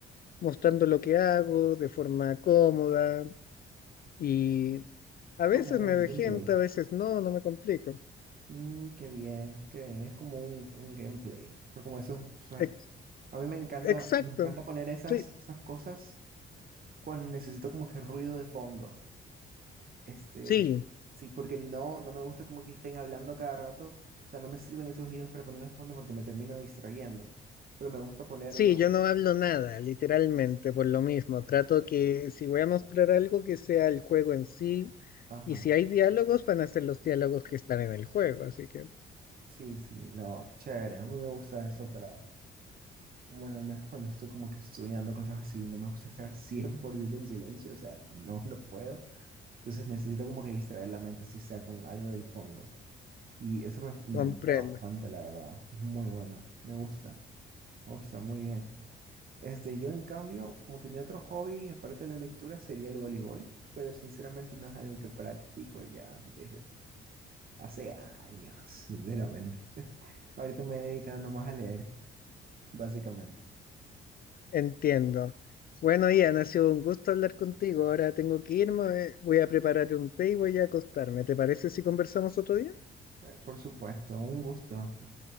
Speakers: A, on the left (about 50°); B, on the right (about 50°).
A: mostrando lo que hago de forma cómoda y a veces
B: Como
A: me
B: un
A: vejento,
B: gameplay.
A: a veces no, no me complico.
B: Mm, qué bien, qué bien. Es como un, un gameplay. O sea, como esos, o sea,
A: Ex-
B: a mí me encanta,
A: Exacto,
B: me encanta poner esas,
A: sí,
B: esas cosas cuando necesito como que ruido de fondo. Este,
A: sí,
B: sí, porque no, no me gusta como que estén hablando a cada rato. O sea, no me sirven esos videos para ponerlos de fondo porque me termino distrayendo. Pero me gusta ponerlos.
A: sí, yo no hablo nada, literalmente, por lo mismo. Trato que si voy a mostrar algo que sea el juego en sí
B: Ajá.
A: y si hay diálogos van a ser los diálogos que están en el juego, así que
B: Sí, sí, no, chévere. A mí me gusta eso para Bueno, al menos cuando estoy como que estudiando cosas así, no me gusta estar <laughs> 100% en silencio, o sea, no, no puedo. Entonces necesito como que distraer la mente, así sea con algo del fondo. Y eso me, me
A: comprendo,
B: ayuda bastante, la verdad. Muy bueno, me gusta, me gusta muy bien. Este, yo en cambio, como que mi otro hobby, aparte de la lectura, sería el voleibol, pero sinceramente no es algo que practico ya desde hace años, sinceramente. <laughs> Ahorita me he dedicado nomás a leer, básicamente.
A: entiendo. Bueno, Ian, ha sido un gusto hablar contigo. Ahora tengo que irme, voy a preparar un té y voy a acostarme. ¿Te parece si conversamos otro día?
B: Eh, Por supuesto, un gusto.